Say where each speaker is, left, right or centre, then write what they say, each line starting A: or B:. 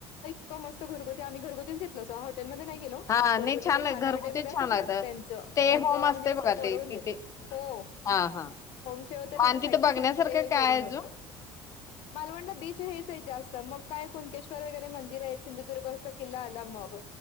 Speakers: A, on the left (about 65°); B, on the left (about 30°).
A: हो मस्त घरगुती. आम्ही घरगुतीच घेतलं होतं. हॉटेलमध्ये नाही. गेलो.
B: हा
A: घरगुती
B: नाही छान
A: ते
B: आहे
A: खाणावळ
B: घरगुतीच
A: टाईप मध्ये
B: छान
A: असतात
B: लागत
A: ना त्याचं
B: स्टे
A: त्याचं
B: होम असते
A: म्हणजे असं
B: बघा ते तिथे.
A: <unintelligible> दिलं. हो.
B: हा हा
A: होम सेव होतं त्याच्या
B: आणि तिथं
A: साईडला
B: बघण्यासारखं
A: त्याचं ते
B: काय
A: जेवन
B: आहे अजून?
A: होतं. मालवणला बीच हेचं आहेत जास्त. मग काय कुणके्शेर वगैरे मंदिर आहे सिंधुदुर्ग किल्ला आला. मग